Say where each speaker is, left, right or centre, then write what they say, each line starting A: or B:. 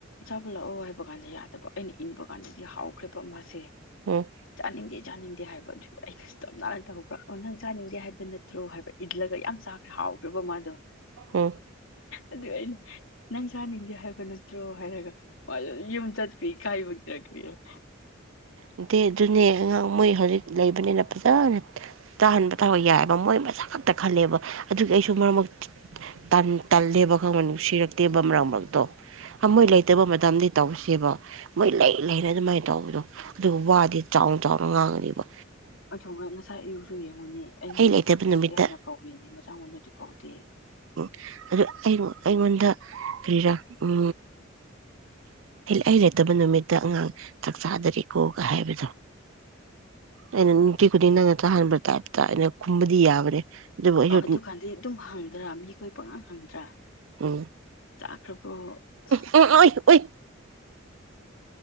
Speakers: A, on the left (about 75°); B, on the right (about 70°).
A: ꯆꯥꯕ ꯂꯥꯛꯑꯣ ꯍꯥꯏꯕ ꯀꯥꯟꯗ ꯌꯥꯗꯕ ꯑꯩꯅ ꯏꯟꯕ ꯀꯥꯟꯗꯗꯤ ꯍꯥꯎꯈ꯭ꯔꯦꯕ ꯑꯃꯁꯁꯦ
B: ꯎꯝ
A: ꯆꯅꯤꯡꯗꯦ ꯪ ꯆꯥꯅꯤꯡꯗꯦ ꯍꯥꯏꯕ ꯑꯗꯨꯒꯤ ꯑꯩꯅꯁꯨ <unintelligible> ꯑꯣ ꯅꯪ ꯆꯥꯅꯤꯡꯗꯦ ꯍꯥꯏꯕ ꯅꯠꯇ꯭ꯔꯣ ꯍꯥꯏꯕ ꯏꯟꯂꯒ ꯌꯥꯝ ꯆꯥꯈ꯭ꯔꯦ ꯍꯥꯎ ꯔꯕ ꯃꯥꯗꯣ
B: ꯎꯝ
A: ꯑꯗꯨ ꯑꯩꯅ ꯅꯪ ꯆꯥꯅꯤꯡꯗꯦ ꯍꯥꯏꯕ ꯅꯠꯇ꯭ꯔꯣ ꯍꯥꯏꯔꯒ ꯃꯥꯁꯨ ꯌꯨꯝ ꯆꯠꯈ꯭ꯔꯤ ꯏꯀꯥꯏꯕꯒꯤꯔꯥ ꯀꯔꯤꯅꫭ
B: ꯅꯠꯇꯦ ꯑꯗꯨꯅꯦ ꯑꯉꯥꯡ ꯃꯣꯏ ꯍꯧꯖꯤꯛ ꯂꯩꯕꯅꯤꯅ ꯐꯖꯅ ꯇꯥꯍꯟꯕ ꯗꫭ ꯌꯥꯏꯑꯕ ꯃꯣꯏ ꯃꯁ ꯈꯛꯇ ꯈꯜꯂꯦꯕ ꯑꯗꯨꯒꯤ ꯑꯩꯁꯨ ꯃꯔꯛ ꯃꯔꯛ ꯇꯟ ꯇꯜꯂꯦꯕ ꯈꯪꯕ ꯅꯨꯡꯁꯤꯔꯛꯇꯦꯕ ꯃꯔꯛ ꯃꯔꯛꯇꯣ ꯃꯣꯏ ꯂꯩꯇꯕ ꯃꯇꯝꯗꯤ ꯇꯧꯁꯦꯕ ꯃꯣꯏ ꯂꯩ ꯂꯩꯅ ꯑꯗꯨꯃꯥꯏꯅ ꯇꯧꯕꯗꯣ ꯑꯗꯨꯒ ꯋꯥꯗꯤ ꯆꯥꯎꯅ ꯆꯥꯎꯅ ꯉꯥꯡꯉꯅꯤꯕ
A: ꯑꯩꯗꯨꯒ ꯉꯁꯥꯏ ꯑꯌꯨꯛꯁꯨ ꯌꯦꯡꯉꯨꯅꯦ ꯑꯩꯉꯣꯟꯗ
B: ꯑꯩ ꯂꯩꯇꯕ
A: ꯆꯥꯛ ꯆꯥꯥꯁꯦ
B: ꯅꯨꯃꯤꯠꯇ
A: ꯍꯥꯏꯅ ꯀꯧꯔꯤꯅꯤ ꯃꯆꯥꯉꯣꯟꯗꯗꯤ ꯀꯧꯗꯦ
B: ꯎꯝ ꯑꯗꯨ ꯑꯩ ꯑꯩꯉꯣꯟꯗ ꯀꯔꯤꯔꯥ ꯎꯝ ꯑꯩ ꯂꯩꯇꯕ ꯅꯨꯃꯤꯠꯇ ꯑꯉꯥꯡ ꯆꯥꯛ ꯆꯥꯗꯔꯤꯀꯣꯒ ꯍꯥꯏꯕꯗꯣ ꯑꯩꯅ ꯅꯨꯡꯇꯤ ꯈꯨꯗꯤꯡ ꯅꯪꯅ ꯆꯥꯍꯟꯕ ꯇꯥꯏꯞꯇ ꯑꯩꯅ ꯈꯨꯝꯕꯗꯤ ꯌꯥꯕꯅꯦ ꯑꯗꯨꯕꯨ ꯑꯩꯁꯨ
A: ꯑꯣ ꯑꯗꯨꯀꯥꯟꯗꯤ ꯑꯗꯨꯝ ꯍꯪꯗ꯭ꯔꯥ ꯃꯤꯈꯣꯏ ꯄꯪꯍꯪ ꯍꯪꯗ꯭ꯔꯥ
B: ꯎꯝ
A: ꯆꯥꯈ꯭ꯔꯕ꯭ꯔꯣ ꯑꯁ
B: ꯎꯝ <unintelligible>